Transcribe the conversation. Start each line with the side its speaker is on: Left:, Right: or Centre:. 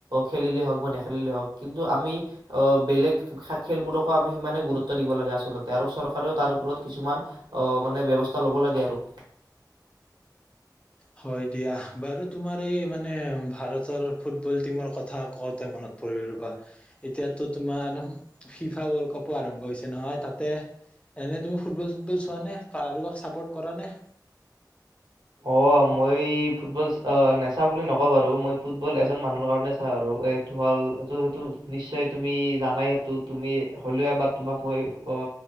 Right: খেলিলেই হওক বা নেখেলিলেই হওক। কিন্তু আমি আহ বেলেগ খেলবোৰকো আমি সিমানে গুৰুত্ব দিব লাগে আচলতে আৰু চৰকাৰেও তাৰ ওপৰত কিছুমান আহ মানে ব্যৱস্থা লব লাগে আৰু
Left: হয় দিয়া বাৰু তোমাৰ এই মানে ভাৰতৰ ফুটবল টিমৰ কথা ক মনত পৰিল ৰবা এতিয়টো তোমাৰ ফিফা ৱৰ্ল্ড কাপো আৰম্ভ হৈছে নহয় তাতে এনে তুমি ফুটবল চুতবল চোৱানে? কাৰোবাক চাপৰ্ট কৰা নে?
Right: অ মই ফুটবল নেচাও বুলি নকওঁ বাৰু আৰু মই ফুটবল এজন মানুহৰ কাৰণে চাও আৰু এডৱাল এইটো সেইটো নিশ্চয় তুমি জানাই সেইটো তুমি হলেও এবাৰ তোমাক মই অ